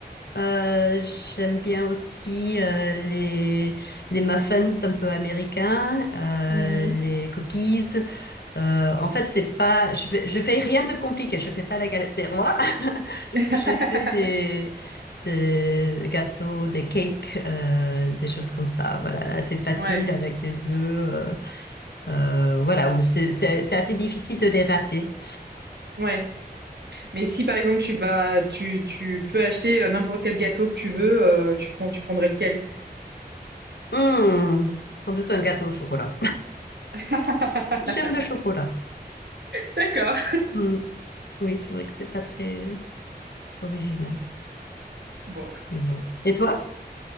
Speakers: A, on the left; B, on the right.
A: Euh, j'aime bien aussi euh, les les muffins un peu américains, euh,
B: Mmh
A: les cookies. Euh, en fait, c'est pas, je fais, je fais rien de compliqué. Je fais pas la galette des rois. <laughs>
B: <laughs>
A: Je fais des, des gâteaux, des cakes, euh, des choses comme ça. Voilà, assez facile
B: Ouais,
A: avec des œufs. euh, euh, voilà, où c'est c'est- c'est assez difficile de les rater.
B: ouais, mais si par exemple tu vas tu tu peux acheter, heu, n'importe quel gâteau que tu veux, heu, tu prends tu prendrais lequel?
A: Hmm, sans doute un gâteau au chocolat.
B: <laughs>
A: <laughs> J'aime le chocolat.
B: D'accord.
A: Hmm, Oui, c'est vrai que c'est pas très original,
B: Bon.
A: mais bon. Et toi?